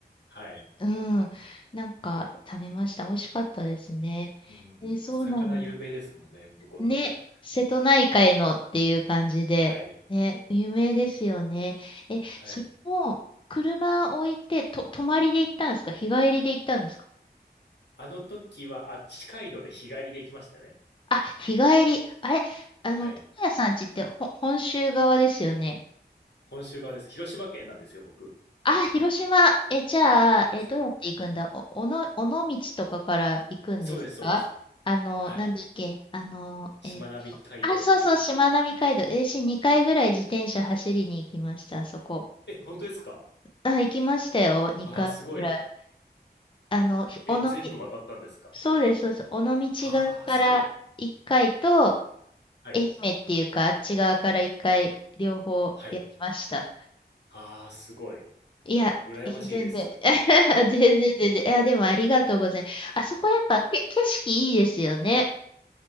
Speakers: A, on the left (about 75°); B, on the left (about 30°).
A: はい。
B: うん、なんか食べました。美味しかったですね。
A: うん。
B: え、そうなんだ。
A: 魚有名ですもんね、向こうの方は。
B: ね、瀬戸内海のっていう感じで、
A: はい。
B: ね、有名ですよね。え、
A: はい。
B: それも、車置いて、と、泊まりで行ったんですか日帰りで行ったんですか
A: あの時は、あ、近いので日帰りで行きましたね。
B: あ、日帰り。あれ、あの、
A: はい。
B: 友也さんちってほ本州側ですよね。
A: 本州側です。広島県なんですよ、僕。
B: あ、広島。え、じゃあ、え、
A: そう。
B: どうやって行くんだお、おの、尾道とかから行くんですかあの、
A: そうです、そうです。はい。
B: なんだっけ、あの、
A: しまなみ海道という。
B: えっと、あ、そうそう、しまなみ海道。私2回ぐらい自転車走りに行きました、あそこ。
A: え、本当ですか
B: あ、行きましたよ、2回ぐらい。
A: ああ、すごい。
B: あの、ひ尾道、
A: え、全部渡ったんですか
B: そうです、そうです。尾道側から1回と、
A: ああ、すごい。はい。
B: 愛媛っていうか、あっち側から一回、両方やりました。
A: はい。ああ、すごい。
B: いや、
A: 羨ましいです。
B: いや全然、<laughs> 全然、全然。いや、でもありがとうございます。あそこやっぱけ景色いいですよね。